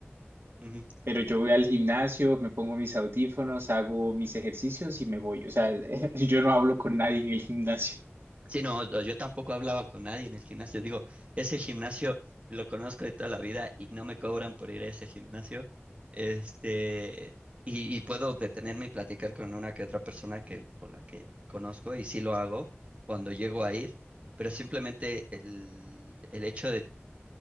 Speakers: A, on the right; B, on the right.
A: <laughs> Ujú.
B: Pero yo voy al gimnasio, me pongo mis audífonos, hago mis ejercicios y me voy. O sea, <laughs> yo no hablo con nadie en el gimnasio. <laughs>
A: Sí, no, no, yo tampoco hablaba con nadie en el gimnasio. Digo, ese gimnasio lo conozco de toda la vida y no me cobran por ir a ese gimnasio. Este, y, y puedo detenerme y platicar con una que otra persona que, con la que conozco y sí lo hago cuando llego a ir, pero simplemente el, el hecho de,